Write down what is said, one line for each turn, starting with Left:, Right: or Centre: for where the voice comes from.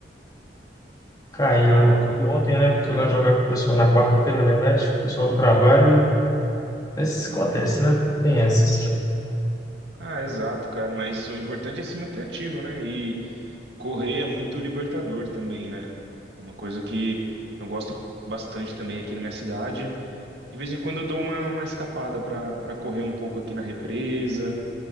Left: Caiu
Right: Cara, co-
Left: ontem, né? Fui lá jogar com o pessoal na quarta-feira, na verdade, o pessoal do trabalho, mas isso acontece, né? Tem essas.
Right: ah, exato, cara. Mas o importante é se manter ativo, né? E correr é muito libertador também, né? É uma coisa que eu gosto bastante também aqui na minha cidade. De vez em quando eu dou uma, uma escapada pra para correr um pouco aqui na represa,